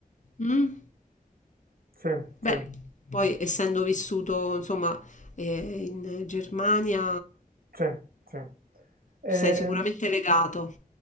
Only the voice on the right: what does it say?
Sì, sì,
sì, sì. Ehm,